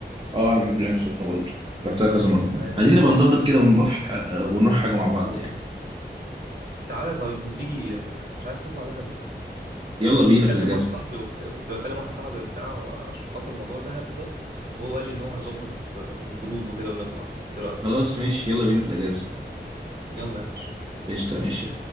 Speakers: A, on the right; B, on the right.
A: اه انا بحب العين السخنه برضه رحتها كذا مره
B: عايز-
A: عايزين نبقى نظبط كده ونروح آه، ونروح حاجه مع بعض يعني
B: تعالى طيب ما تيجي مش عايز تطلع ده
A: يلا
B: انا كنت
A: بينا
B: بكلم
A: في الاجازه
B: واحد صاحبي وبتاع كنت بكلم واحد صاحبي وبتاع عشان خاطر موضوع دهب ده وهو قال لي ان هو هيظبط آه، جروب وكده ونطلع ايه رايك
A: خلاص ماشي يلا بينا في الاجازه
B: يلا يا باشا
A: قشطه ماشي